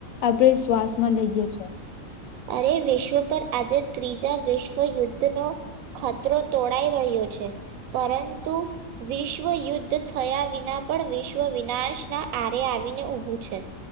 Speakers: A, on the left (about 75°); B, on the right (about 75°).
A: આપણેે શ્વાસમાં લઈએ છે.
B: અરે વિશ્વ પર આજે ત્રીજા વિશ્વયુદ્ધનો ખતરો તોળાઈ રહ્યો છે. પરંતુ વિશ્વયુદ્ધ થયા વિના પણ વિશ્વ વિનાશના આરે આવીને ઊભું છે.